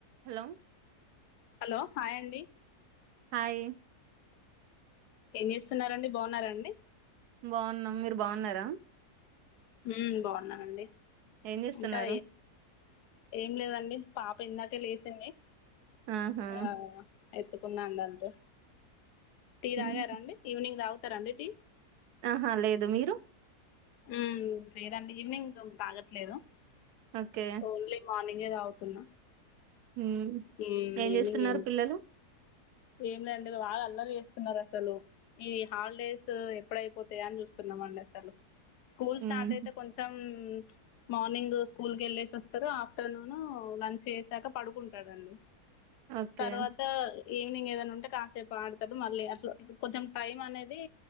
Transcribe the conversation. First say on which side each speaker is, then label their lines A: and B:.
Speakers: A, on the right; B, on the left.
A: Hello
B: hello hi అండి
A: hi
B: ఏం చేస్తున్నారండి బాగున్నారండి
A: బాగున్నాం మీరు బాగున్నారా
B: హ్మ్ బాగున్నానండి
A: ఏం చేస్తున్నారు
B: ఇంకా ఏం లేదండి పాప ఇందాకే లేసింది
A: ఆహా
B: ఆ ఎత్తుకున్నానండి అంతే టీ
A: ఉమ్.
B: తగారండి ఈవినింగ్ తాగుతారండి టీ
A: ఆహా లేదు మీరు
B: హ్మ్ లేదండి ఈవినింగ్ తాగట్లేదు
A: ఓకే
B: ఓన్లీ మార్నింగే తాగుతున్నా
A: హ్మ్
B: ఉమ్
A: ఏం
B: ఈవినింగ్
A: చేస్తున్నారు పిల్లలు
B: ఏం లేదు అండి బాగా అల్లరి చేస్తున్నారు అసలు ఈ హాలిడేస్ ఎప్పుడైపోతాయా అని చూస్తున్నాం అండి అసలు స్కూల్ స్టార్ట్
A: ఉమ్.
B: అయితే కొంచెం సమ్ మార్నింగ్ స్కూల్ కి వెళ్ళేసి వస్తారు ఆఫ్టర్నూన్ లంచ్ చేసాక పడుకుంటాడండి
A: ఓకే
B: తర్వాత ఈవినింగ్ ఏదైనా ఉంటే కాసేపు ఆడతాడు మళ్ళీ అట్లా కొంచెం టైం అనేది